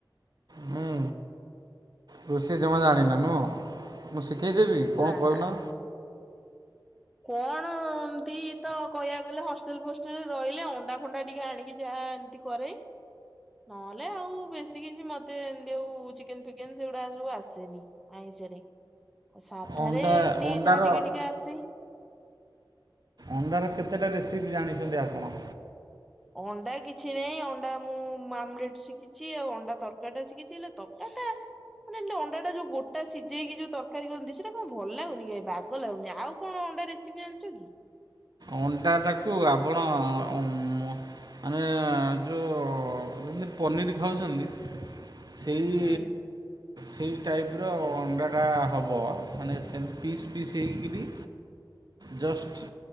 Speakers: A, on the right; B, in the centre.
A: ହୁଁ ରୋଷେଇ ଜମା
B: ହୁଁ
A: ଜାଣିନ ନୁହଁ ମୁଁ ଶିକେଇ ଦେବି କଣ
B: ନା।
A: କହୁନ।
B: କଣ ଏମତି ତ କହିଆକୁ ଗଲେ ହଷ୍ଟେଲ୍ ଫୋଷ୍ଟେଲ୍ ରହିଲେ ଅଣ୍ଡା ଫଣ୍ଡା ଟିକେ ଆଣିକି ଯାହା ଆ ଏମିତି କରେଇ। ନହେଲେ ଆଉ ବେଶୀ କିଛି ମତେ ଏମିତି ଅଉ ଚିକେନ୍ ଫିକେନ୍ ସେଉଡ଼ା ସବୁ ଆସେନି। ଚାରେ ଆଉ ସାଧାରେ
A: ଅଣ୍ଡା
B: ଏମତି
A: ଅଣ୍ଡାର
B: ଯାହା ଟିକେ ଟିକେ ଆସେଇ।
A: ଅଣ୍ଡାର କେତେଟା ରେସିପି ଜାଣିଛନ୍ତି ଆପଣ?
B: ଅଣ୍ଡା କିଛି ନାଇଁ ଅଣ୍ଡା ମୁଁ ମାମ୍ ମ୍ଲେଟ୍ ଶିକିଚି ଆଉ ଅଣ୍ଡା ତରକାରୀଟା ଶିକିଚି ହେଲେ ତରକାରୀଟା ମାନେ ଏମିତି ଅଣ୍ଡାଟା ଯୋଉ ଗୋଟା ସିଜେଇକି ଯୋଉ ତରକାରୀ କରନ୍ତି ସେଟା କଁ ଭଲ ଲାଗୁନି କାଇଁ ବାଗ ଲାଗୁନି ଆଉ କଣ ଅଟା ରେସିପି ଜଣିଚ କି?
A: ଅଣ୍ଡା ତାକୁ ଆପଣ ଅ ମ ଆମେ ଯୋଉ ଯେମିତି ପନିର୍ ଖାଉଛନ୍ତି ସେଇ
B: ହୁଁ।
A: ସେଇ ଟାଇପ୍ ର ଅଣ୍ଡାଟା ହବ ମାନେ ସେମିତି ପିସ୍ ପିସ୍ ହେଇକିରି ଜଷ୍ଟ୍